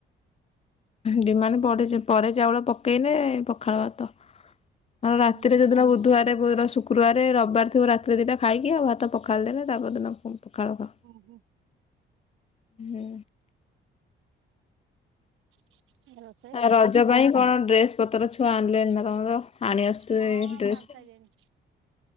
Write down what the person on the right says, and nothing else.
ହୁଁ
ହୁଁ ହୁଁ।
<inaudible> ହୁଁ ହାଲୋ।
ହଁ
<unintelligible>